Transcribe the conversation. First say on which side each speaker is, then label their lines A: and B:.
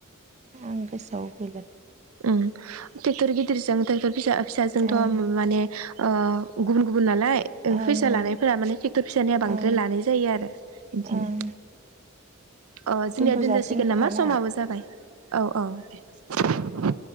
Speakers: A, on the right (about 35°); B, on the right (about 85°).
A: आं गोसोआव गैला।
B: उम टेक्टर गिदिर जों टेक्टर फिसा फिसाजोंथ'
A: ओं
B: माने ओ गुबुन गुबु गुबुन नालाय
A: ओं
B: फैसा लानायफोरा माने ट्रेक्टर फिसानिया बांद्राय
A: ओं औ
B: लानाय जायो आरो इदिनो।
A: ओं
B: अ जोंनिया
A: दोनथ'
B: दोनजासिगोन
A: जासिगोन खोमा
B: नामा
A: ना
B: समाबो जाबाय औ औ दे।